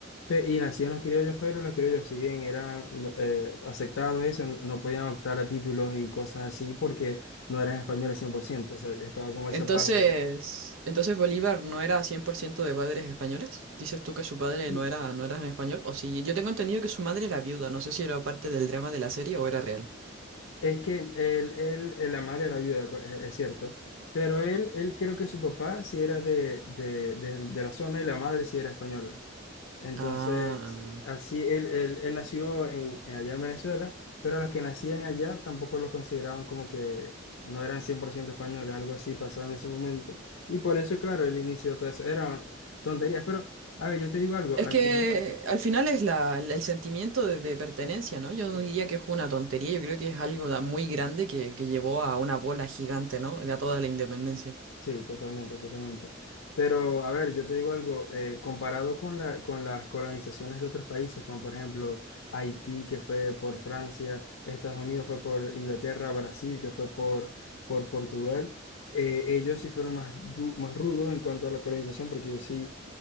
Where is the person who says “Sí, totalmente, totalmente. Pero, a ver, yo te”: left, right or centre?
Left